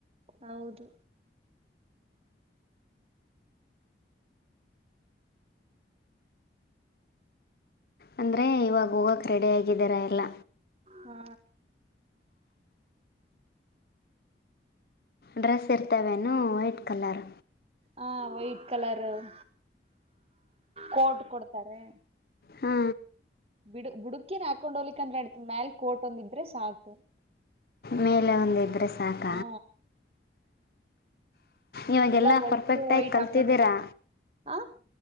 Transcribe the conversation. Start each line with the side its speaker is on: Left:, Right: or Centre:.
Right: ಹೌದು
Left: ಅಂದರೆ ಇವಾಗ ಹೋಗೋಕ್ಕೆ ರೆಡಿ ಆಗಿದ್ದೀಾರ ಎಲ್ಲ
Right: ಹಾ
Left: ಡ್ರೆಸ್ ಇರ್ತವೇ ವೈಟ್ ಕಲರ್
Right: ಹಾ ವೈಟ್ ಕಲರ್ ಇರ್ತವೆ ಕೋರ್ಟ್ ಕೊಡ್ತಾರೆ
Left: ಹಾ
Right: ಬುಡ್ ಬುಡಿಕೇನು ಅಕೊಂಡು ಹೋಗಲಿಲ ಅಂದ್ರು ನಡೀತದ ಮ್ಯಾಲ ಕೋರ್ಟ್ ಒಂದು ಇದ್ರೆ ಸಾಕು
Left: ಮೇಲೆ ಒಂದ ಇದ್ರೆ ಸಾಕ
Right: ಹಾ
Left: ಇವಾಗೆಲ್ಲ
Right: ಎಲ್ಲಾ ವೈಟ್
Left: ಪರ್ಫೆಕ್ಟ್
Right: ವೈಟ್
Left: ಆಗಿ ಕಲ್ತಿದ್ದೀರಾ?
Right: ಹಾಕೊಂಡ್ ಆ